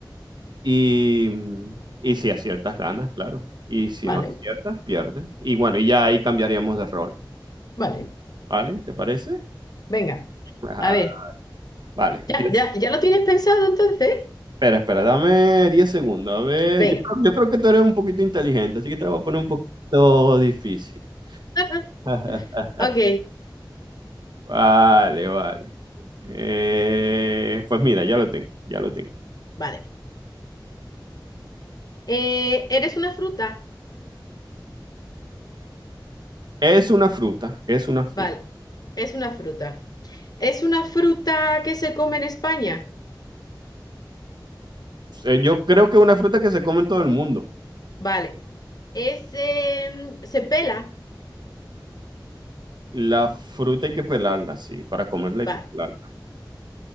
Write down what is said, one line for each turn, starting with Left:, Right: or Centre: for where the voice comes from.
Right: y, y si aciertas, ganas, claro. Y si
Left: vale,
Right: no aciertas, pierdes. Y bueno, y ya ahí cambiaríamos de rol,
Left: vale.
Right: ¿vale? ¿Te parece?
Left: Venga,
Right: <laughs>
Left: a ver,
Right: Vale,
Left: ¿ya,
Right: empieza.
Left: ya, ya lo tienes pensado entonces?
Right: Espera, espera, dame 10 segundos. A ver,
Left: Venga.
Right: yo, creo yo creo que tú eres un poquito inteligente, así que te lo voy a poner un poquito difícil.
Left: <laughs>
Right: <laughs>
Left: Ok,
Right: Vale, vale. Eh, pues mira, ya lo tengo, ya lo tengo.
Left: vale. Eh, ¿eres una fruta?
Right: Es una fruta, es una fruta.
Left: Vale, es una fruta. ¿Es una fruta que se come en España?
Right: Eh, yo creo que es una fruta que se come en todo el mundo.
Left: Vale. ¿Es, em, se pela?
Right: La fruta hay que pelarla, sí, para comerla
Left: Vale.
Right: hay que pelarla.